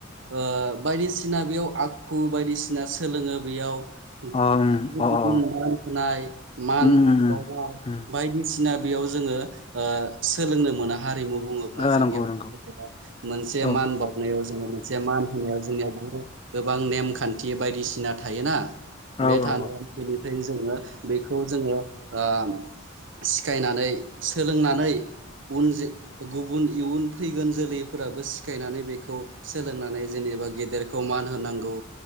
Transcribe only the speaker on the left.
अ उम अ
अ
उम उम उम
उम
ओ
नंगौ नंगौ
औ
औ
औ